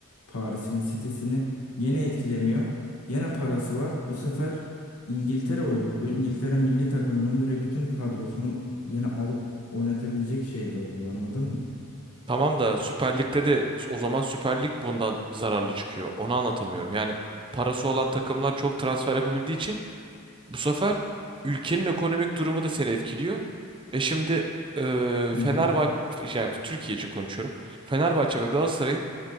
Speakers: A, on the left; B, on the right.
A: Paris'ini, City'sini yine etkilemiyor. Yine parası var. Bu sefer İngiltere uyruklu. İngiltere milli takımının direkt bütün kadrosunu yine alıp oynatabilecek şeyde oluyor anladın mı?
B: Tamam da Süper Lig'de de o zaman Süper Lig bundan zararlı çıkıyor. Onu anlatamıyorum. Yani parası olan takımlar çok transfer yapabildiği için Bu sefer ülkenin ekonomik durumu da seni etkiliyor. E şimdi e,
A: Hı
B: Fenerbahçe,
A: hı.
B: yani Türkiye için konuşuyorum. Fenerbahçe ve Galatasaray'ın